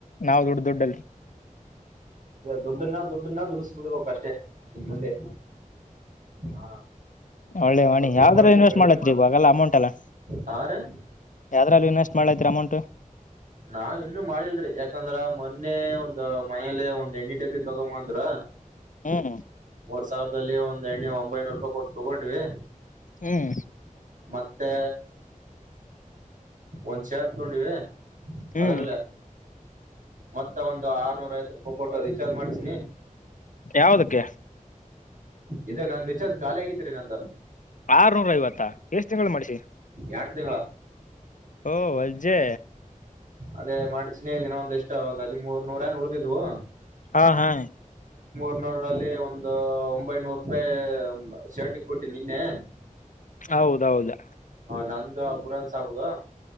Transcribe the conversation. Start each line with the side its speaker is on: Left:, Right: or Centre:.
Left: ನಾವ ದದುಡ್ ದುಡ್ಡಲ್ಲಿ.
Right: ದುಡ್ಡನ್ನ ದುಡ್ಡನ್ನ ದುಡಿಸ್ ಬಿಡ್ಬೇಕು ಅಷ್ಟ. ಟ್ ಇನ್ಮುಂದೆ. ಹಾ.
Left: ಒಳ್ಳೆವಿ
Right: ದುರ್ಬಳಕೆ
Left: ಯಾವ್ದ್ರಗ್ ಇನ್ವೆಸ್ಟ್
Right: ಕಡಿಮೆ
Left: ಮಾಡ್ಲತ್ರಿ
Right: ಮಾಡ
Left: ಇಗವಾಗಲ್ಲ ಅಮೌಂಟ್ ಅಲ್ಲಾ
Right: ಹಾ ರೀ
Left: ಯಾವ್ದ್ರಾಗ ಇನ್ವೆಸ್. ಮಾಡ್ಲಾತೀರ್ ಅಮೌಂಟ.
Right: ನಾವ ಇನ್ನು ಮಾಡಿಲ್ರಿ ಯಾಕಂದ್ರ ಮೊನ್ನೆ ಒಂದ ಮನೇಲ್ಲ ಒಂದು ಒ ಎಣ್ಣಿಡಬ್ಬಿ ತಗೊಂಡ ಬಾ ಅಂದ್ರ
Left: ಹ್ಮ್
Right: ಮೂರ್ ಸಾವಿರದಲ್ಲಿ ಒಂದ್ ಎಣ್ಣೆ ಒಂಬೈನೂರು ರೂಪಾಯಿ ಕೊಟ್ಟ ತೋಗೊಂಡ್ವಿ.
Left: ಹ್ಮ್
Right: ಮತ್ತೆ ಒಂದ್ ಶರ್ಟ್ ತೊಂಡಿವಿ
Left: ಹ್ಮ್
Right: ಅದರಲ್ಲ ಮತ್ತ ಒಂದ ಆರ್ನೂರ ಐವತ್ತ ರೂಪಯ್ ಕೊಟ್ಟ ರೀಚಾರ್ಜ್ ಮಾಡ್ಸಿನಿ.
Left: ಯಾವದಕ್ಕೆ?
Right: ಇದ ನನ್ ರಿಚಾರ್ಜ್ ಖಾಲಿ ಆಗಿತ್ತ್ರಿ ನಂದ.
Left: ಆರ್ನೂರ ಐವತ್ತಾ ಎಷ್ಟು ತಿಂಗಳು ಮಾಡಿಸಿ?
Right: ಎರಡ್ ತಿಂಗಳ
Left: ಓ ವಜ್ಜೆ
Right: ಅದೇ ಮಾಡ್ಸಿನಿ ಇನ ಒಂದಿಷ್ಟ ಒಂದ ಹದಿಮೂರ್ ನೂರ ಎನ್ ಉಳದಿದ್ವು.
Left: ಹಾ ಹಾ
Right: ಲ್ಲಿ ಒನ್ ಒಂದು ಒಂಬೈನೂರು ರೂಪಾಯಿ ಶರ್ಟಿಿಗೆ ಕೊಟ್ಟಿ ನಿನ್ನೆ
Left: ಹೌದೌದು
Right: ನಂದು ಪುರನ್ ಸಬುದು